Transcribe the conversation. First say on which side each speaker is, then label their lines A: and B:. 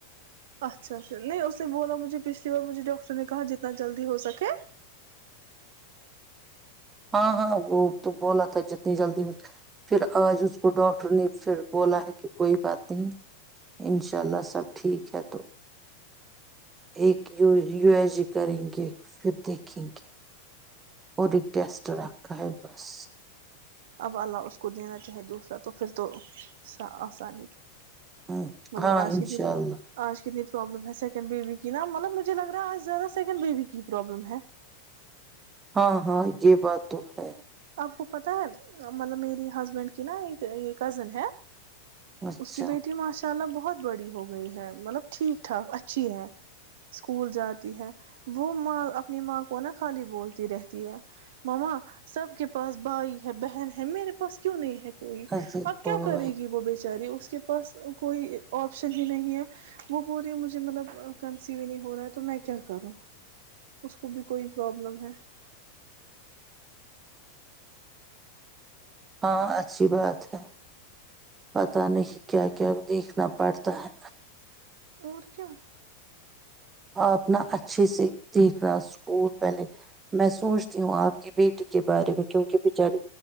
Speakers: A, on the right; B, on the right.
A: اچھا اچھا نہیں اس نے بولا مجھے پچھلی بار مجھے ڈاکٹر نے کہا جتنا جلدی ہو سکے
B: ہاں ہاں وہ تو بولا تھا جتنی جلدی پھر آج اس کو ڈاکٹر نے پھر بولا ہے کہ کوئی بات نہیں انشاء اللہ سب ٹھیک ہے تو ایک یو یو ایس جی کریں گے پھر دیکھیں گے اور ری گسٹ رکھا ہے بس
A: اب اللہ اس کو دینا چاہے دوسرا تو پھر تو آسانی تھا
B: ہوں،
A: مطلب
B: ہاں
A: آج
B: انشاء
A: کی د
B: اللہ
A: آج کی د پرابلم ہے سیکنڈ بیبی کی نا مطلب مجھے لگ رہا آج زیادہ سیکنڈ بیبی کی پرابلم ہے
B: ہاں ہاں یہ بات تو ہے
A: آپ کو پتا ہے مطلب میری ہسبینڈ کی نا ایک یہ کزن ہے
B: اچھا
A: اس کی بیٹی ماشاء اللہ بت بہت بڑی ہو گئی ہے مطلب ٹھیک ٹھاک اچھی ہے اسکول جاتی ہے وہ ماں اپ نما کو نا خالی بولتی رہے ہے مما سب کے پاس بھائی ہے بہن ہے میرے پاس کیوں نہیں ہے ہوئی
B: عظیم
A: اب
B: کو
A: کیا کرے
B: بھائی
A: گی وہ بیچاری اس اس کے پاس کوئی آپشن ہی نہیں ہے وہ بی مجھے مطلب کنسیو نہیں ہو رہا ہے تو میں کیا کروں اس کو بھی کوئی پرابلم ہے
B: ہاں اچھی بات ہے پتا نہیں کیا کیا دیکھنا پڑتا ہے
A: مورچا
B: اپنا اچھے سے دیکھناا اسکول پہلے میں سوچتی ہوں آپ کی بیٹی کے بارے میں کیونکہ بچاری